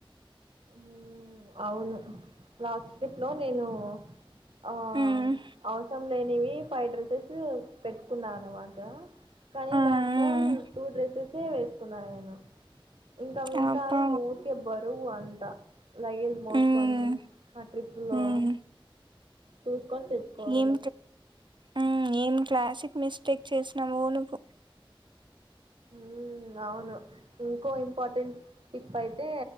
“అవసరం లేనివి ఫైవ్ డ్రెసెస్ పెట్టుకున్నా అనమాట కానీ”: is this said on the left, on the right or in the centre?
Right